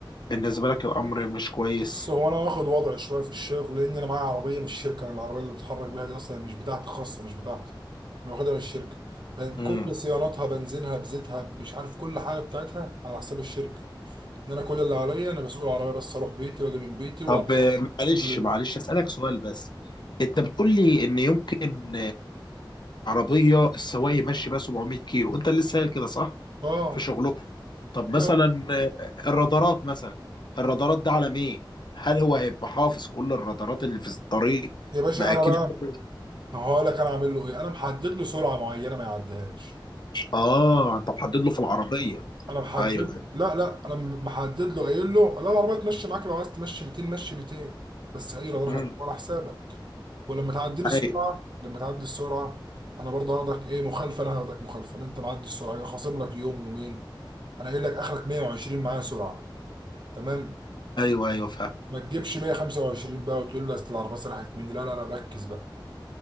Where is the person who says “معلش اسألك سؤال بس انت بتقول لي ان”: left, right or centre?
Left